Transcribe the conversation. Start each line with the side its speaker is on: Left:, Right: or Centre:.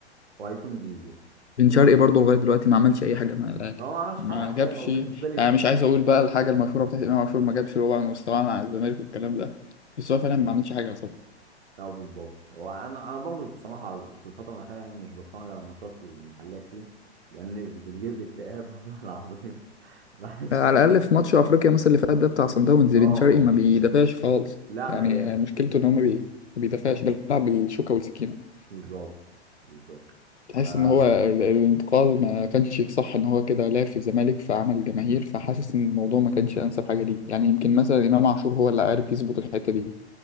Right: وهيكون زيزو
Left: بن شرقي برضه لغاية دلوقتي ما عملش أي حاجة مع الأهلي
Right: هو ما عملش
Left: ما
Right: حاجه حرفيا
Left: جابش
Right: هو بالنسبه لي
Left: يعني مش عايز أقول بقى الحاجة المشهورة بتاعت إمام عاشور ما جابش ربع مستواه مع الزمالك والكلام ده بس هو فعلا ما عملش حاجة طبعا
Right: اه بالظبط هو انا انا برضه بصراحه في الفتره الاخيره يعني مش بتفرج على ماتشات المحليه كتير لان بتجيب لي اكتئاب <laughs> والله العظيم بحس
Left: على الأقل في ماتش أفريقيا مثلا اللي فات ده بتاع صن داونز
Right: اه
Left: بن شرقي ما
Right: اه بالظبط
Left: بيدافعش خالص
Right: لا
Left: يعني
Right: ما جاش
Left: مشكلته إن هو ما بي- ما بيدافعش بيلعب بالشوكة والسكينة
Right: بالظبط بالظبط
Left: تحس
Right: فا
Left: ان هو ال- الانتقال ما كانش صح ان هو كده لعب في الزمالك فعمل جماهير فحاسس ان الموضوع ما كانش انسب حاجه ليه يعني يمكن مثلا امام عاشور هو اللي عارف يظبط الحته دي